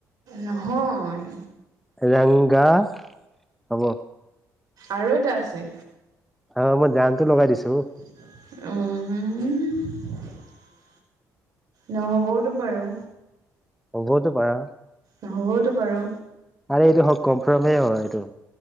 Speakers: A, on the right; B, in the centre.
A: নহয়
B: ৰংগা, হ'ব
A: আৰু এটা আছে।
B: অ', মই জানটো লগাই দিছো।
A: উম। নহ'বওতো পাৰো।
B: হবওতো পাৰা।
A: নহ'বওতো পাৰো।
B: আৰে এইটো হ-কনফাৰ্মেই হয় এইটো।